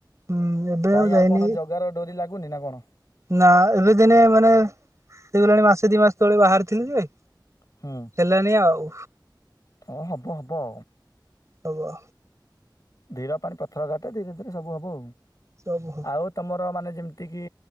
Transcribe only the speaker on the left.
କାଇଁ
ଆଉ କଣ ଜଗାର ଡୋରି ଲାଗୁ ଗୁନି ନା କଣ।
ହୁଁ
ହଁ ହବ ହବ।
ଧୀର ପାଣି ପଥର କାଟେ ଧୀରେ ଧୀରେ ସବୁ ହବ
ଆଉ ଆଉ ତମର ମାନେ ଯେମିତି କି